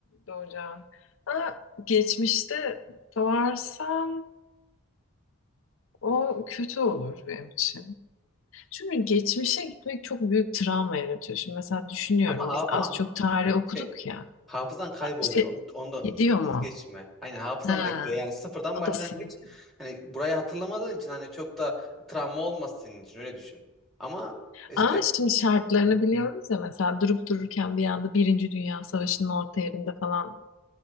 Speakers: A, on the left; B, in the centre.
A: doğacağım? Aa, geçmişte doğarsam o kötü olur benim için. Çünkü geçmişe gitmek çok büyük travma yaratıyor. Şimdi mesela düşünüyorum
B: Ama ha-
A: biz az
B: ama
A: çok tarih okuduk
B: şey
A: ya.
B: hafızan kayboluyor.
A: Şey,
B: Onu, onu da
A: gidiyor mu?
B: es geçme. Aynen hafızan
A: Ha,
B: da gidiyor. Yani sıfırdan
A: o
B: başlangıç.
A: da siliniyor.
B: Hani burayı hatırlamadığın için hani çok da travma olmaz senin için öyle düşün. Ama işte
A: Ama şimdi şartlarını biliyoruz ya mesela durup dururken bir anda Birinci Dünya Savaşı'nın orta yerinde falan